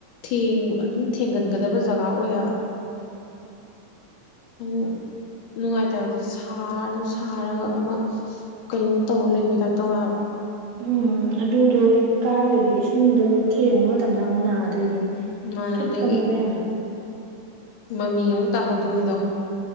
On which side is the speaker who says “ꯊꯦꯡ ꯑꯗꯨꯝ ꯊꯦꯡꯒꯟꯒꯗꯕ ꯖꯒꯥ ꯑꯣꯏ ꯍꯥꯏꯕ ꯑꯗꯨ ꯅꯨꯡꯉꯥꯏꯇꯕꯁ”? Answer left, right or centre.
Left